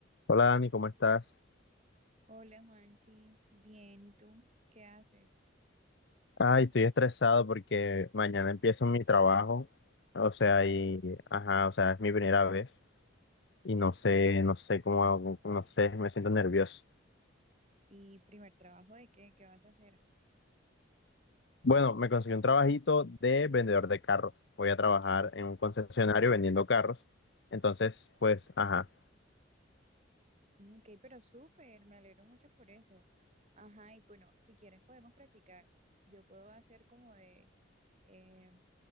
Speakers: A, on the left (about 65°); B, on the right (about 35°).
A: Hola Dani, ¿cómo estás?
B: Hola Juanchi, bien, ¿y tú qué haces?
A: Ay, estoy estresado porque mañana empiezo mi trabajo, o sea, y, ajá, o sea, es mi primera vez y no sé, no sé cómo, hago, no sé, me siento nervioso.
B: ¿Y primer trabajo de qué? ¿Qué vas a hacer?
A: Bueno, me conseguí un trabajito de vendedor de carros. Voy a trabajar en un concesionario vendiendo carros. Entonces, pues, ajá.
B: Ok, pero súper, me alegro mucho por eso. Ajá, y bueno, si quieres podemos practicar. Yo puedo hacer como de, eh,